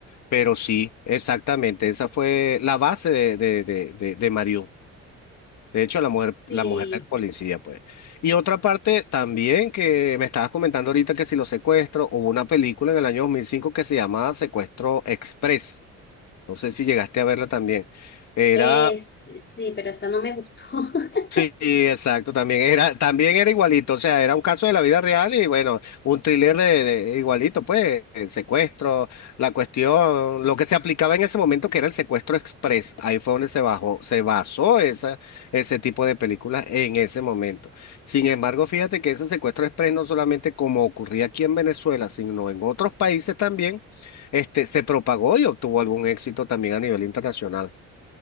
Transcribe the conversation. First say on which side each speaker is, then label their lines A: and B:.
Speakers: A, on the left; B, on the left.
A: Pero sí, exactamente, esa fue la base de, de, de, de, de Mariú. De hecho, la mujer,
B: Sí,
A: la mujer del policía, pues. Y otra parte también que me estabas comentando ahorita que si los secuestros, hubo una película en el año 2005 que se llamaba Secuestro Express. No sé si llegaste a verla también. Era
B: Es, sí, pero esa no me gustó. <laughs>
A: Sí, exacto, también era, también era igualito, o sea, era un caso de la vida real y bueno, un thriller de, de- igualito, pues, el secuestro, la cuestión, lo que se aplicaba en ese momento que era el secuestro express, ahí fue donde se bajó, se basó esa, ese tipo de películas en ese momento. Sin embargo, fíjate que ese secuestro express no solamente como ocurría aquí en Venezuela, sino en otros países también, este, se propagó y obtuvo algún éxito también a nivel internacional,